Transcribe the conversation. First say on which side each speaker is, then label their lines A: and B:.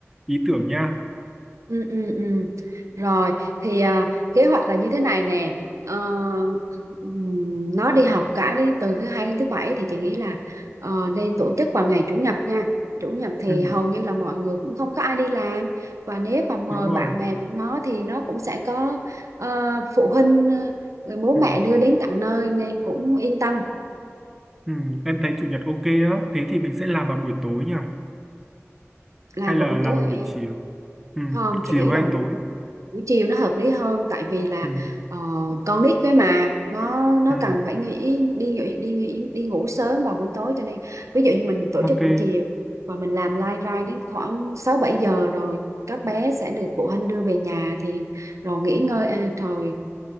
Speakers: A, in the centre; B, on the right.
A: ý tưởng nha
B: Ừ, ừ, ừ. Rồi thì à, kế hoạch là như thế này nè Ờ, ừm, nó đi học cả đến từ thứ hai đến thứ bảy thì chị nghĩ là ờ, nên tổ chức vào ngày chủ nhật nha chủ nhật thì
A: ừ,
B: hầu như là mọi người cũng không có ai đi làm và nếu mà mời
A: đúng rồi
B: bạn bè của nó thì nó cũng sẽ có ờ, phụ huynh ờ, bố
A: ừ,
B: mẹ đưa đến tận nơi nên cũng yên tâm
A: ừ, em thấy chủ nhật ok á thế thì mình sẽ làm vào buổi tối nhỉ
B: làm
A: hay là
B: vào buổi
A: làm
B: tối
A: vào
B: hả
A: buổi
B: em
A: chiều ừ,
B: không
A: chiều
B: chị nghĩ
A: hay
B: là buổi
A: tối
B: buổi chiều nó hợp lý hơn tại vì là
A: ừ,
B: ờ, con nít cái mà nó nó
A: ừ,
B: cần phải nghỉ đi nghỉ- đi nghỉ đi ngủ sớm vào buổi tối cho nên ví dụ như mình tổ
A: ok
B: chức buổi chiều và mình làm live ra đến khoảng 6 7 giờ rồi các bé sẽ được phụ huynh đưa về nhà thì rồi nghỉ ngơi à, rồi